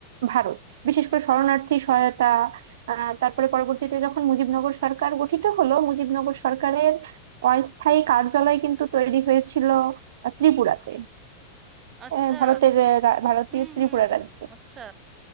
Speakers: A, on the right; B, on the right.
A: ভারত বিশেষ করে শরণার্থী সহায়তা আহ, তারপরে পরবর্তীতে যখন মুজিবনগর সরকার গঠিত হলো মুজিবনগর সরকারের অস্থায়ী কার্যালয় কিন্তু তৈরি হয়েছিল আহ, ত্রিপুরাতে
B: আচ্ছা
A: আহ, ভারতের আহ, রা- ভারতীয়
B: হুম
A: ত্রিপুরা
B: হুম হুম
A: রাজ্যে
B: আচ্ছা